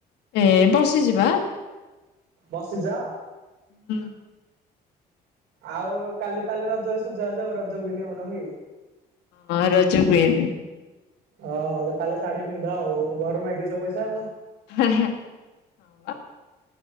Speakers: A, on the left (about 85°); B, on the right (about 75°).
A: ଏ ବସିଚି ବା।
B: ବସିଚ?
A: ହୁଁ।
B: ଆଉ କାଲି ତାହାଲେ ରଜରେ ସଜ ବାଜ ଆଉ ରଜ କୁଇନ ନୁହୁଁ କି?
A: ହଁ ରଜ କୁଇନ୍।
B: ହଁ ତାହାଲେ ଶାଢୀ ପିନ୍ଧ ଆଉ ଘରୁ ମାଗିଚ ପଇସା ଆଉ।
A: ହେ ହେ ହଁ ବା ହଁ।